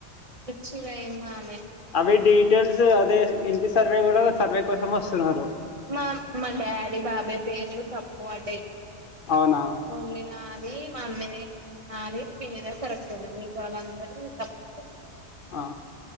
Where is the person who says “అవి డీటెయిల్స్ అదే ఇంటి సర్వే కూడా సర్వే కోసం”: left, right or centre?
Left